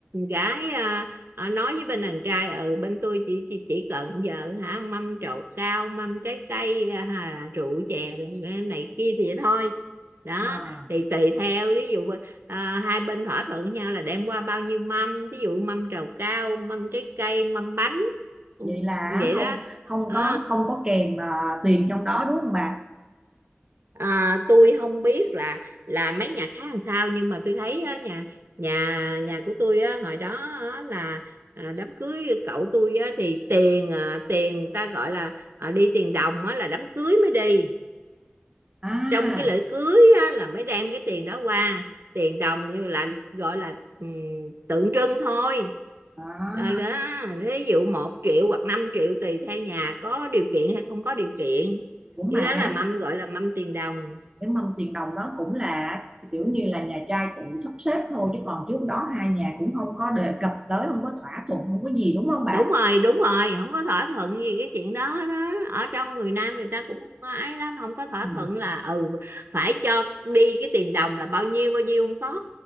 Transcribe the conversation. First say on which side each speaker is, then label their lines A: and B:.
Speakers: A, on the right (about 75°); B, on the right (about 20°).
A: gái à, Ờ, nói với bên đàn trai ừ bên tôi chỉ chỉ, chỉ cần giờ hả mâm trầu cao mâm trái cây à, rượu chè rồi này kia thì thôi đó
B: À,
A: thì tùy theo ví dụ à, hai bên thỏa thuận nhau là đem qua bao nhiêu mâm ví dụ mâm trầu cao mâm trái cây mâm bánh ừ,
B: vậy là
A: vậy
B: không
A: đó
B: không
A: Ờ.
B: có không có kèm à, tiền trong đó đúng không bà?
A: À, tôi không biết là là mấy nhà khác làm sao nhưng mà tôi thấy á, nhà nhà nhà của tôi á, hồi đó á, là à, đám cưới cậu tôi á, thì tiền à, tiền ta gọi là à, đi tiền đồng á, là đám cưới mới đi
B: À,
A: trong cái lễ cưới á, là mới đem cái tiền đó qua tiền đồng như là gọi là ừ, tượng trưng thôi
B: à
A: Ờ, đó ví dụ một triệu hoặc 5 triệu tùy theo nhà có điều kiện hay không có điều kiện
B: ủa mà
A: cái đó là mâm gọi là mâm tiền đồng
B: cái mâm tiền đồng đó cũng là kiểu như là nhà trai tự sắp xếp thôi chứ còn trước đó hai nhà cũng không có đề cập tới không có thỏa thuận không có gì đúng không bà
A: đúng rồi đúng rồi không có thỏa thuận gì cái chuyện đó đó ở trong người Nam người ta cũng ấy lắm không có thỏa
B: Ừ,
A: thuận là ừ phải cho đi cái tiền đồng là bao nhiêu bao nhiêu không có